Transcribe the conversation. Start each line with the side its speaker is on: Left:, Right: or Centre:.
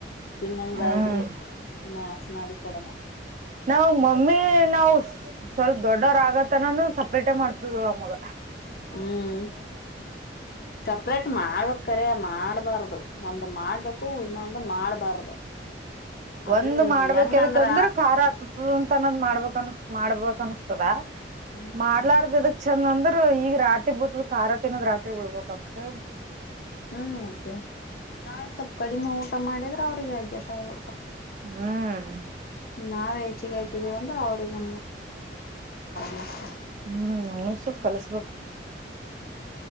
Left: ತಿನ್ನಂಗಾದ್ರು
Right: ಹ್ಮ್
Left: ಮಾಶ್ ಮಾಡಿ ಕೊಡಲ್ಲ.
Right: ನಾವು ಮಮ್ಮಿ ನಾವು ಸ್ವಲ್ಪ ದೊಡ್ಡವ್ರ್ ಆಗತನಾನು ಸಪ್ರೇಟೇ ಮಾಡ್ತದ ಮಗ.
Left: ಹ್ಮ್ ಸಪ್ರೇಟ್ ಮಾಡ ಕರೆ ಮಾಡ್ಬಾರ್ದು. ಒಂದು ಮಾಡ್ಬೇಕು ಇನ್ನೊಂದು ಮಾಡ್ಬಾರ್ದು. ಅದು
Right: ಒಂದ್ ಮಾಡ್ಬೇಕೆದಕಂದ್ರೆ
Left: ಹೆಂಗಂದ್ರ
Right: ಖಾರ ಆತ ಅಂತ ಅನ್ನೋದ್ ಮಾಡ್ಬೇಕ ಅನ್ ಮಾಡ್ಬೇಕ್ ಅನಿಸ್ತದ
Left: ಹ್ಮ್
Right: ಮಾಡ್ಲಾರ್ದಿದಕ್ ಚನ್ಅಂದ್ರ ಈಗ ರಾಟಿ ಬೂತದ ಖಾರ ತಿನ್ನೋದಾ ರಾಟಿ ಉಳ್ಬಬೇಕ್ ಅದ್ಕೆ.
Left: ಹ್ಮ್ ತ್ತೆ ನಾವೆ ಸೊಪ್ಪ ಕಡಿಮೆ ಊಟ ಮಾಡಿದ್ರೆ ಅವ್ರಿಗೆ ಅಡ್ಜಸ್ಟ್ ಆಗ್ಬಿಡ್ತವ್
Right: ಹ್ಮ್
Left: ನಾವ್ ಹೆಚಿಗೆ ಹಾಕಿದೀವಂದ್ರೆ ಅವ್ರಿಗೆ <unintelligible>
Right: ಹ್ಮ್ ಓದ್ಸದ್ ಕಲ್ಸ್ಬೇಕು.